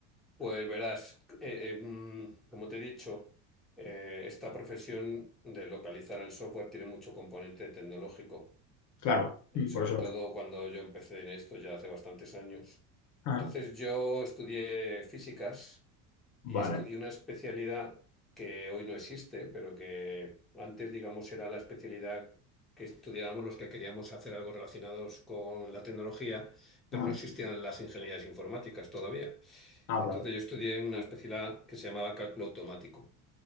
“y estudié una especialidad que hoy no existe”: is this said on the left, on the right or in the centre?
Centre